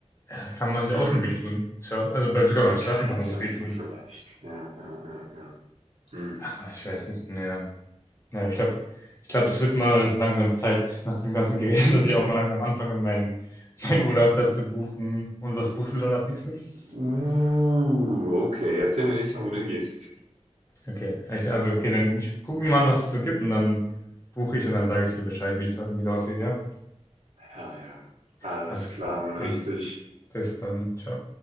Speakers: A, on the left; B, on the right.
A: ja, kann man sich
B: Hm,
A: auch schon wehtun. So, also beim, sogar beim Surfen
B: Kitesurfing
A: kann man sich wehtun.
B: vielleicht. Ja, ja, ja, ja. Hm.
A: Aber ich weiß nicht, naja. Ja, ich glaube, ich glaube, es wird mal langsam Zeit nach dem ganzen Gerede, <laughs> dass ich auch mal langsam anfange, meinen meinen Urlaub da zu buchen. Und was buchst du dann als nächstes?
B: Uh, okay, erzähl mir nächstes Mal, wo du hingehst.
A: Okay, ich, also okay, dann ich gucke mir mal an, was es so gibt und dann buche ich und dann sage ich dir Bescheid, wie es wie es aussieht, ja?
B: Herr, ja. Alles
A: Alles,
B: klar, man
A: alles.
B: riecht sich.
A: Bis dann. Ciao.